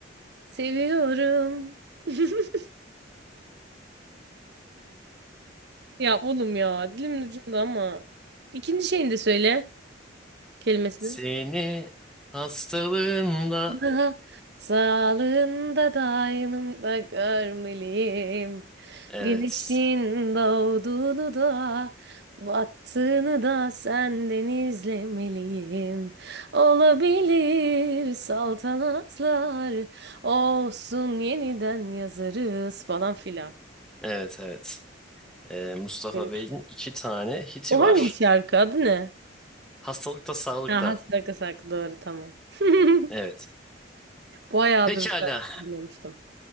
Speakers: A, on the right; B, in the centre.
A: seviyorum. <laughs> Ya oğlum ya. Dilimin ucunda ama. İkinci şeyini de söyle. Kelimesini.
B: Seni hastalığında
A: Daha sağlığında da aynımda görmeliyim.
B: evet
A: Güneşin doğduğunu da battığını da senden izlemeliyim. Olabilir saltanatlar olsun yeniden yazarız falan filan.
B: evet evet E, Mustafa
A: Böyle
B: Bey'in
A: bir şey.
B: iki tane hiti
A: O
B: var.
A: hangi şarkı? Adı ne?
B: Hastalıkta sağlıkta.
A: Ha, Hasraka Saklı doğru tamam. <laughs>
B: Evet.
A: Bayağıdır
B: Pekala.
A: bu şarkıyı duymamıştım.